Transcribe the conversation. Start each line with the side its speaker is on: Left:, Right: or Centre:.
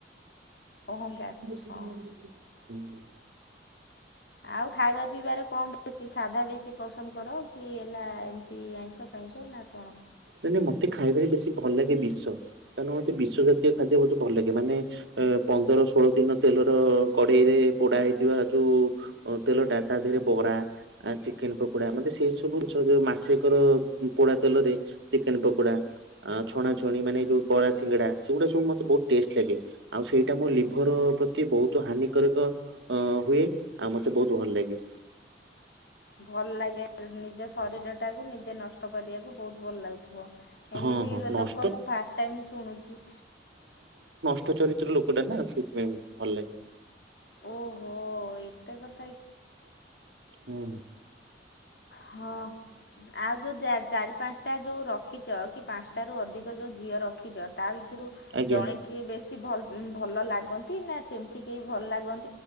Left: ଅହଂଙ୍କାର
Right: ନିଶ୍ଚିତ
Left: ହଁ।
Right: ଭାବରେ ଯିବି ହୁଁ ହୁଁ।
Left: ଆଉ ଖାଇବା ପିଇବାରେ କଣ ବେଶୀ ସାଧା ବେଶୀ ପସନ୍ଦ କର କି ହେଲା ଏମିତି ଆଇଁଷ? ଆଇଁଷ ନା କଣ?
Right: ନାଇ ନାଇ ମତେ ଖାଇବାରେ ବେଶୀ ଭଲ ଲାଗେ ବିଷ କାରଣ ମତେ ବିଷ ଜାତୀୟ ଖାଦ୍ୟ ବହୁତ ଭଲ ଲାଗେ ମାନେ ଏ ପନ୍ଦର ଷୋଳ ଦିନ ତେଲର କଡ଼େଇରେ ପୋଡା ହେଇଥିବା ଯୋଉ ତେଲ ଟା ତା ଦେହରେ ବ ପ୍ରା ଚିକେନ ପକୋଡା ମତେ ସେଇ ସବୁ ଜିନିଷ ଯୋଉ ମାସେକର ପୋଡା ତେଲରେ ଚିକେନ ପକୋଡ଼ା ଛଣା ଛଣି ମାନେ ଯୋଉ ବରା ସିଙ୍ଗଡ଼ା ସେଗୁଡ଼ା ମତେ ସବୁ ବହୁତ ଟେଷ୍ଟ ଲାଗେ। ଆଉ ସେଇଟା ମୋ ଲିଭର ପ୍ରତି ବହୁତ ହାନିକାରକ ଅ ହୁଏ। ଆଉ ମତେ ବହୁତ ଭଲ ଲାଗେ।
Left: ଭଲ ଲାଗେ ନିଜ ଶରୀର ଟାକୁ ନିଜେ ନଷ୍ଟ କରିବାକୁ ବହୁତ ଭଲ ଲାଗୁଛି।
Right: ହଁ
Left: ଏମିତି
Right: ହଁ ନଷ୍ଟ
Left: ଲୋକ ମୁ ଫାଷ୍ଟ ଟାଇମ ଶୁଣୁଛି।
Right: ରକ୍ତ ଚରିତ୍ର ଲୋକଟା ନା ସେଇଥିପାଇଁ ଭଲ ଲାଗେ।
Left: ଓହୋ ଏତେ କ୍
Right: ହଁ।
Left: ହଁ। ଆଉ ଯୋଉ ଚାରି ପାଞ୍ଚଟା ଯୋଉ ରଖିଛ କି ପାଞ୍ଚଟା ରୁ ଅଧିକ ଯୋଉ ଝିଅ ରଖିଛ ତା ଭିତ ସେଥିରୁ
Right: ଆଜ୍ଞା
Left: ଜଣେ କି ବେଶୀଲ ଭଲ ଲାଗନ୍ତି ନା ସେମିତି କେହି ଭଲ ଲାଗନ୍ତି?